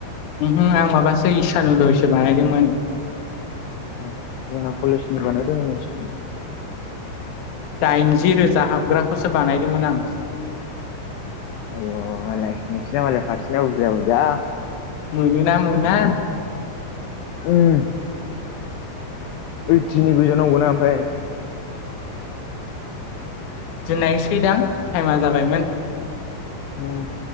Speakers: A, on the left; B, on the left.
A: उहो आं माबासै इसानुदयसो बानायदोंमोन।
B: अ <unintelligible>
A: दाइनजि रोजा हाबग्रा खौसो बानायदोंमोन आं
B: आय मालाय नोंसिना मालाय फारसेना बुरजा बुरजा।
A: मोनो ना मोना
B: उम ओइटिनि गोजा नांगौना ओमफ्राय?
A: दोननायसै दां टाइमा जाबायमोन?
B: उम